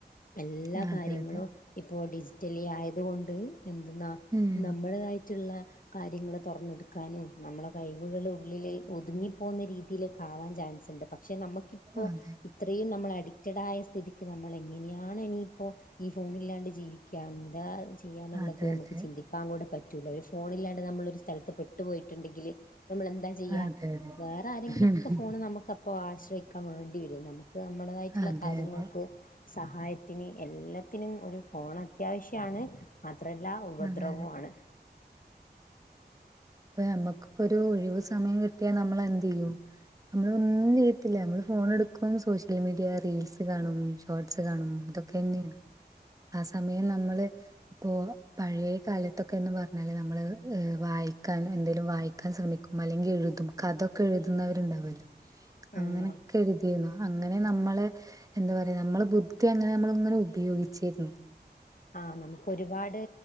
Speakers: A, on the left; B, on the right.
A: എല്ലാ
B: അതെ
A: കാര്യങ്ങളും
B: അതെ
A: ഇപ്പോൾ ഡിജിറ്റലി ആയതുകൊണ്ട് എന്തുന്നാ
B: ഉം
A: നമ്മടേതായിട്ട്ള്ള കാര്യങ്ങള് തുറന്നെടുക്കാനും നമ്മളെ കഴിവുകൾ ഉള്ളിലെ ഒതുങ്ങിപ്പോകുന്ന രീതിയിലേക്കാവാൻ ചാൻസ്ണ്ട് പക്ഷെ നമുക്കിപ്പോൾ
B: അതെ
A: ഇത്രയും നമ്മൾ അഡിക്റ്റഡ് ആയ സ്ഥിതിക്ക് നമ്മള് എങ്ങനെയാ ആണ് ഇനിയിപ്പോൾ ഈ ഫോണില്ലാണ്ട് ജീവി ക്കന്താ ചെയ്യാനുള്ളത്
B: അതെ
A: നമുക്ക്
B: അതെ
A: ചി ന്തിക്കാൻ കൂട പറ്റൂല്ല ഒര് ഫോണില്ലാണ്ട് നമ്മളൊരു സ്ഥലത്ത് പെട്ടുപോയി ണ്ടെങ്കില് നമ്മളെന്താ ചെയ്യാ?
B: അതെ അതെ
A: വേറെ ആരെങ്കിലും
B: ഉം
A: ഒക്ക ഫോണ് നമക്ക് അപ്പോ ആശ്രയിക്കാൻ വേണ്ടി വരും നമുക്ക് നമ്മടതായിട്ടുള്ള
B: അതെ
A: കാര്യങ്ങൾക്ക്
B: അതെ
A: ക്ക് സഹായത്തിന് എല്ലാത്തിനും ഒരു ഫോൺ അത്യാവശ്യമാണ്. ത്രല്ലാ ഉപദ്രവും
B: അതെ അതെ
A: ആണ്
B: അപ്പ നമ്മക്കിപ്പൊ ഒരു ഒഴിവു സമയം കിട്ടിയാൽ നമ്മളെന്തെയ്യും നമ്മളൊന്നും ചെയ്യത്തില്ല നമ്മള് ഫോ ണ് എടുക്കും സോഷ്യൽ മീഡിയ റീൽസ് കാണും ഷോർട്സ് കാണും അതൊക്കന്നെണ് ആ സമയം നമ്മള് ഇപ്പോ പഴേ കാലത്തൊക്കെ എന്ന് പറഞ്ഞാല് നമ്മള് ങ് വായിക്കാൻ എന്തേങ്കലും വായിക്കാൻ ശ്രമിക്കും അല്ലെങ്കി ഴ്തും കഥൊക്കെ എഴുതുന്നവരുണ്ടാവല്ലോ അങ്ങനൊക്കെ
A: ആഹ്
B: എഴുതിന്നു അങ്ങനെ നമ്മൾ ള് എന്ത് പറയാ നമ്മള ബുദ്ധി അങ്ങനെ നമ്മള് ഇങ്ങനെ ഉപയോഗിച്ചേരുന്നു
A: ആ നമുക്ക് ഒരുപാട്